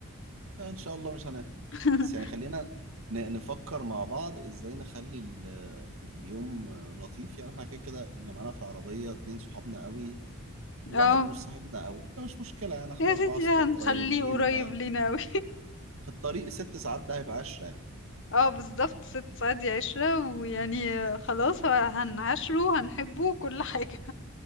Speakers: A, on the right; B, on the left.
A: ان شاء الله مش هنام
B: <laughs>
A: بس يعني خلينا ن- نفكر مع بعض ازاي نخلي ال- اليوم لطيف يعني احنا كده كده اللي معانا في العربية اتنين صحابنا قوي واحد
B: اه
A: مش صاحبنا قوي فمش مشكلة يعني احنا
B: يا
A: أربعة
B: سيدي
A: أصحاب
B: ده هنخليه
A: قريبين
B: قريب
A: ففي
B: لينا اوي
A: الطريق ست ساعات ده هيبقى عشرة يعني
B: <laughs> اه بالظبط ست ساعات دي عشرة ويعني خلاص هو- هنعاشره هنحبه كل حاجة